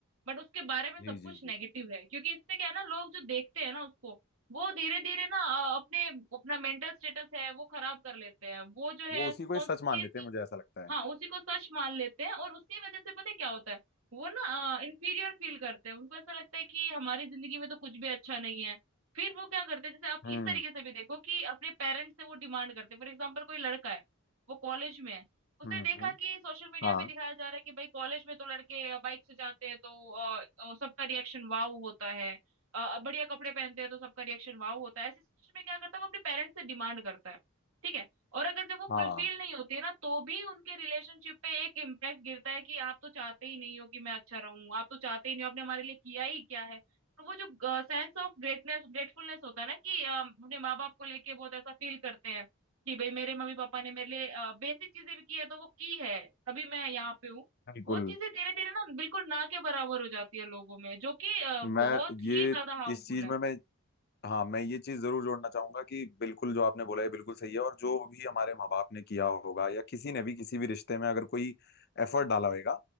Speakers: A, on the right; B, on the left.
A: बट उसके बारे में सब
B: जी जी
A: कुछ नेगेटिव
B: जी
A: है क्योंकि इससे क्या है ना लोग जो देखते हैं ना उसको वो धीरे धीरे ना अ, अपने अपना मेंटल स्टेटस है वो खराब कर लेते हैं वो जो
B: वो
A: है
B: उसी को
A: कॉन्स्टेंटली
B: ही सच मान लेते हैं मुझे ऐसा लगता है
A: हाँ उसी को सच मान लेते हैं और उसी वजह से पता है क्या होता है वो ना इंफीरियर फील करते हैं उनको ऐसा लगता है कि हमारी जिंदगी में तो कुछ भी अच्छा नहीं है फिर वो क्या करते हैं जैसे आप
B: हम्म
A: इस तरीके से भी देखो कि अपने पेरेंट्स से वो डिमांड करते हैं फॉर एग्जाम्पल कोई लड़का है वो कॉलेज में है उसे
B: हम्म
A: देखा
B: हम्म,
A: कि सोशल मीडिया
B: हाँ
A: पे दिखाया जा रहा है कि भाई कॉलेज में तो लड़के बाइक से जाते हैं तो अ, अ, सबका रिएक्शन वाव होता है अ, बढ़िया कपड़े पहनते हैं तो सबका रिएक्शन वाव होता है ऐसे सिचुएशन में क्या करता है वो अपने पेरेंट्स से डिमांड करता है ठीक है और अगर जब वो फुलफिल
B: हाँ
A: नहीं होती है ना तो भी उनके रिलेशनशिप पे एक इम्पैक्ट गिरता है कि आप तो चाहते ही नहीं हो कि मैं अच्छा रहूं आप तो चाहते ही नहीं हो आपने हमारे लिए किया ही क्या है तो वो जो सेंस ऑफ ग्रेटनेस ग्रेटफुलनेस होता है ना कि अ, अपने माँ बाप को लेके बहुत ऐसा फील करते हैं कि भाई मेरे मम्मी पापा ने मेरे लिए बेसिक चीजें भी की है तो वो की है तभी मैं यहाँ पे हूँ
B: बिल्कुल
A: वो चीजें धीरे धीरे ना बिल्कुल ना के बराबर हो जाती है लोगों में जो कि अ,
B: मैं
A: बहुत ही
B: ये
A: ज्यादा हार्मफुल
B: इस चीज
A: है
B: में मैं हाँ मैं ये चीज जरूर जोड़ना चाहूंगा कि बिल्कुल जो आपने बोला है बिल्कुल सही है और जो भी हमारे माँ बाप ने किया होगा या किसी ने भी किसी भी रिश्ते में अगर कोई एफर्ट डाला होगा